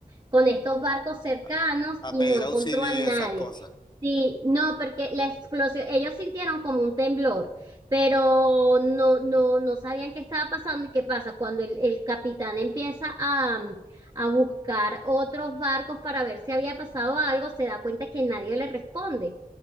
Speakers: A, on the right; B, on the left.
A: con estos barcos cercanos
B: A, a
A: y
B: pedir
A: no encontró
B: auxilio
A: a nadie.
B: y esas cosas.
A: Sí, no, porque la explosión, ellos sintieron como un temblor, pero no, no, no sabían qué estaba pasando y qué pasa cuando el, el capitán empieza a, mm, a buscar otros barcos para ver si había pasado algo, se da cuenta que nadie le responde.